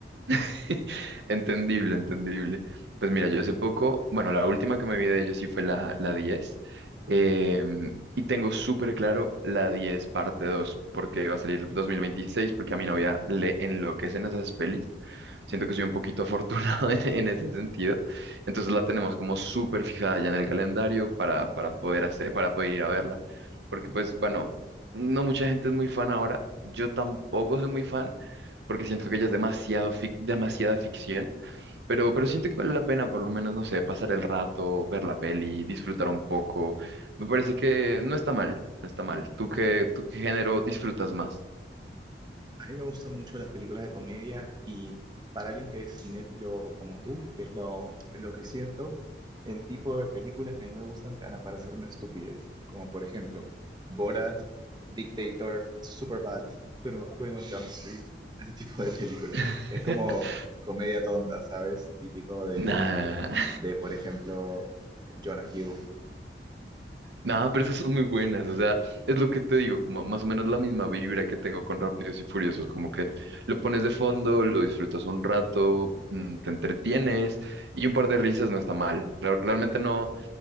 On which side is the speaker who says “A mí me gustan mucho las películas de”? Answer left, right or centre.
Right